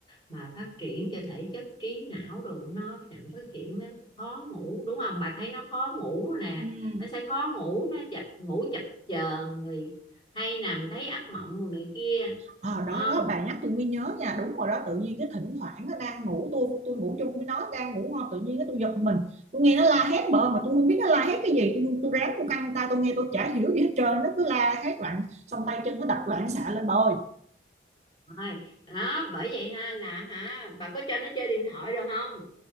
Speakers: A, on the left (about 25°); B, on the right (about 35°).
A: mà phát triển cho thể chất trí não đồ của nó chậm phát triển lắm khó ngủ đúng không bà thấy nó khó ngủ nè
B: Ừ.
A: nó sẽ khó ngủ nó chập ngủ chập chờn rồi hay nằm thấy ác mộng rồi này kia
B: Ờ,
A: không
B: đó đó bà nhắc tôi mới nhớ nha đúng rồi đó tự nhiên cái thỉnh thoảng nó đang ngủ tôi tôi ngủ chung với nó đang ngủ ngon tự nhiên cái tôi giật mình tôi nghe nó la hét bợ mà tôi không biết nó la hét cái gì tôi tôi ráng tôi căng tay tôi nghe tôi chả hiểu gì hết trơn nó cứ la hét loạn xong tay chân nó đập loạn xạ lên bà ơi
A: thôi đó bởi vậy ha là hả bà có cho nó chơi điện thoại rồi không